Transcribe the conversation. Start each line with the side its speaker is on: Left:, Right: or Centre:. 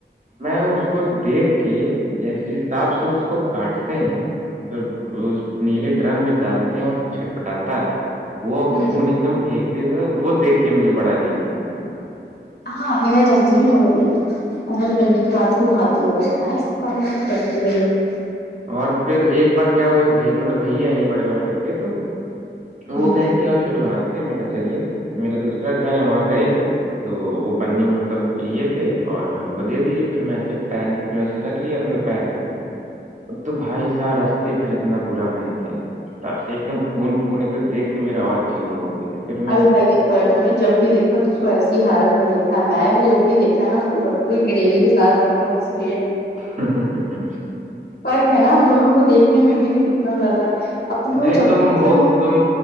Right: میں اس کو دیکھ کے جیس حساب سے اس کو کاٹتے ہیں پھر نیلے ڈرم میں ڈالتے ہیں اور چھٹ پٹاتا ہے وہ
Left: ہمم
Right: خون ایک دم پھینکتے تھاے وہ دیکھ کے مجھے بڑا عجیب لگتا ہے
Left: ہاں نو جاتین ہوگبی <inaudible>
Right: اور پھر ایک بار کیا ہوا بھائی مطلب بھائی آئی ہیں بڑے بابا کر کے تو
Left: ہوں
Right: وہ کہ کہ آؤ چلو بناتے میں کہ چلیے میرا دوسرا گھر ہے وہاں گئے تو وہ پنی میں مطلب لیے تھے اور میں ہم کو دے دیے پھر میں ایسے پینٹ رکھ لیا تھا نے پیر پہ تو بھائی سار بھر اتنا برا کہ تب سے ایک دم خون خون ایک تو دیکھ کے میرا اور جیو ہو گیا پھر میں
Left: ابھی بھائی دیکھوار تم نے جب بھی دیکھا تو اس کو ایسی ہی حالت میں دیکھا نہ جب بھی دیکھا ہے نا اس کو کوئی گریوی کے ساتھ دیکھا ہے اس لیے
Right: ہا ہا ہا ہا
Left: فرق ہے نا ہم دونوں کو دیکھنے میں بھی تو کتنا زیادہ اب تو
Right: نہیں
Left: وہ جب
Right: تم
Left: بھی دکھ
Right: ہو
Left: ہے
Right: تم